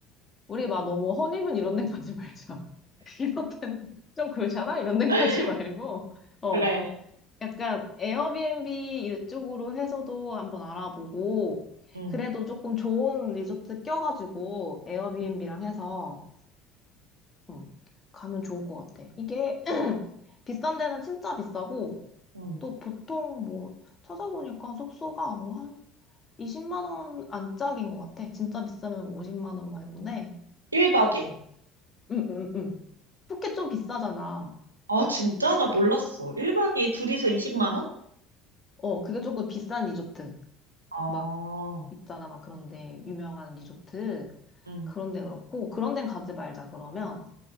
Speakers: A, on the left (about 25°); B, on the right (about 80°).
A: 우리 막 너무 허니문 이런 데 가지 말자 <laughs> 이런 데는 좀 그렇잖아 이런 데
B: <laughs>
A: 가지 말고 어
B: 그래.
A: 약간 에어비앤비 이쪽으로 해서도 한번 알아보고,
B: 응,
A: 그래도 조금 좋은 리조트 껴가지고, 에어비앤비랑
B: 응,
A: 해서, 음, 가면 좋을 것 같아. 이게 <clears throat> 비싼 데는 진짜 비싸고,
B: 응.
A: 또 보통 뭐, 찾아보니까 숙소가 뭐 한 20만 원 안짝인 것 같아. 진짜 비싸면 뭐 50만 원 막 이런데,
B: 1박에?
A: 음, 음, 음, 음. 푸켓 좀 비싸잖아.
B: 아, 진짜? 나 몰랐어. 1박에 둘이서 20만 원?
A: 어, 그게 조금 비싼 리조트.
B: 아,
A: 막 있잖아, 막 그런데 유명한 리조트
B: 응.
A: 그런 데 그렇고 그런 데 가지 말자 그러면